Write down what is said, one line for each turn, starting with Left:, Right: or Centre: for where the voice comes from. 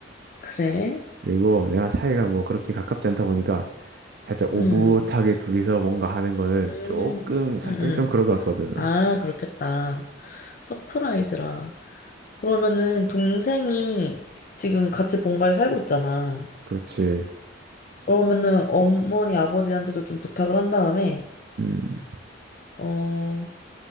Left: 그래?
Right: 그리고 내가 사이가 뭐 그렇게 가깝지 않다 보니까 살짝 오붓하게
Left: 음.
Right: 둘이서 뭔가 하는 거는
Left: 음.
Right: 조금 살짝
Left: 음. 음.
Right: 좀 그런 것 같거든.
Left: 아, 그렇겠다. 서프라이즈라. 그러면은 동생이 지금 같이 본가에 살고 있잖아.
Right: 그렇지.
Left: 그러면은 어머니 아버지한테도 좀 부탁을 한 다음에
Right: 음.
Left: 어